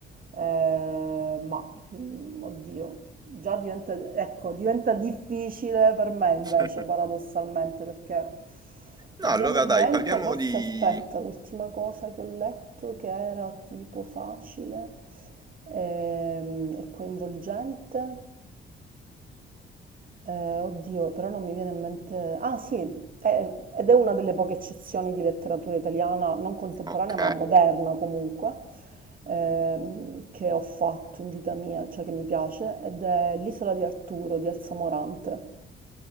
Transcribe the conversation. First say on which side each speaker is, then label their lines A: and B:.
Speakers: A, on the right; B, on the right.
A: eh, ma mm, oddio, già diventa, ecco, diventa difficile per me invece,
B: <laughs>
A: paradossalmente, perché
B: No,
A: mi
B: allora
A: viene in
B: dai,
A: mente,
B: parliamo
A: forse
B: di...
A: aspetta, l'ultima cosa che ho letto che era tipo facile ehm, e coinvolgente. Eh, oddio, però non mi viene in mente... Ah sì, è- ed è una delle poche eccezioni di letteratura italiana, non contemporanea
B: Ok.
A: ma moderna comunque, ehm, che ho fatto in vita mia, cioè che mi piace, ed è L'isola di Arturo di Elsa Morante.